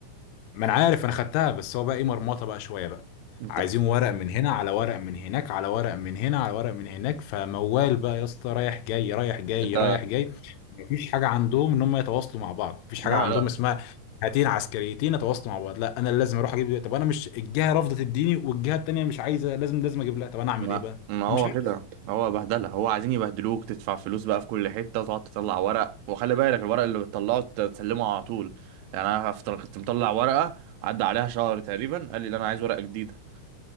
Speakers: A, on the left; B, on the right.
A: ما انا عارف انا خدتها بس هو بقى ايه مرمطه بقى شويه بقى
B: انت
A: عايزين ورق من هنا على ورق من هناك على ورق من هنا على ورق من هناك فموال بقى يا اسطى رايح جاي رايح جاي
B: انت
A: رايح جاي مفيش حاجه عندهم ان هم يتواصلوا مع بعض مفيش حاجه
B: لا
A: عندهم
B: لا
A: اسمها هاتين عسكريتين يتواصلوا مع بعض لا انا اللي لازم اروح اجيب طب انا مش الجهه رافضه تديني والجهه التانيه مش عايزه لازم لازم اجيب لها طب انا اعمل
B: ما
A: ايه بقى
B: ما هو
A: فمش عارف
B: كده هو بهدله هو عايزين يبهدلوك تدفع فلوس بقى في كل حته تقعد تطلع ورق وخلي بالك الورق اللي بتطلعه ت- تسلمه على طول يعني انا هفتر- كنت مطلع ورقه عدى عليها شهر تقريبا قال لي لا انا عايز ورقه جديده